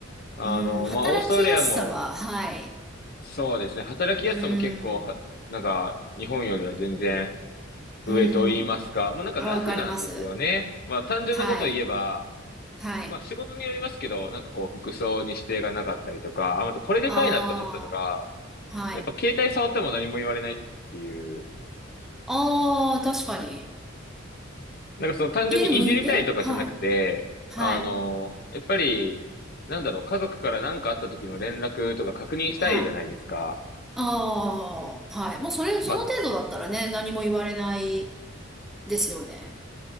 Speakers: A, on the left; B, in the centre.
A: あの、
B: うん、働きやすさは、
A: まあ、オーストラリアも、
B: はい。
A: そうですね。働きやすさも結構は、
B: うん、
A: なんか、日本よりは全然上と言いますか。
B: うん、
A: もうなんかラフなんですよね。
B: わかります。
A: まあ、単純なことを言えば、
B: はい、はい。
A: まあ仕事によりますけど、なんかこう服装に指定がなかったりとか、あ、あとこれでかいなと思ったのが、
B: ああ、はい。
A: やっぱ携帯触っても何も言われないっていう、
B: ああ、確かに。
A: なんかその単純にいじりたいとかじゃなくて、
B: え、でもに、え、はい、はい、
A: あの、やっぱり、なんだろう、家族から何かあった時の連絡とか確認したいじゃないですか。
B: はい。ああ、はい。もうそれ、
A: まあ、
B: その程度だったらね、何も言われないですよね。